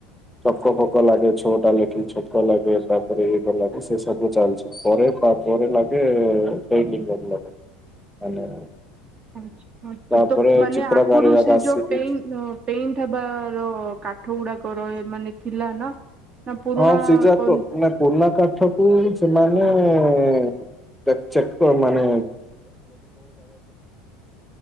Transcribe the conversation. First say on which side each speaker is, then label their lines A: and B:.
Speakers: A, in the centre; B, on the right.
A: ଚକ ପକ ଲାଗେ ଛୋଟା ଲେଖି ଛକ ଲାଗେ ତାପରେ ଏଇଟା ଲାଗେ ସେ ସବୁ ଚାଲିଛି ପରେ ପାରେ ଲାଗେ ସେ ଲାଗେ <inaudible> ମାନେ
B: ହଁ
A: ତାପରେ
B: ତ ମାନେ
A: ଚିତ୍ରକାରିବା
B: ଆଗୁରୁ ସେ
A: ଆସିକି
B: ଯୋ ପେ ପେଟବ କା ଠ ଉୁଡାକର ମାନେ ଥିଲା ନା ନା ପୁରୁଣା
A: ହଁ ସେ ଯାକ
B: କଣ
A: ମାନେ ପୁରର୍ନା କାଠ କୁ ସେମାନେ <unintelligible> ପ୍ଲସ ବଟ ମାନେ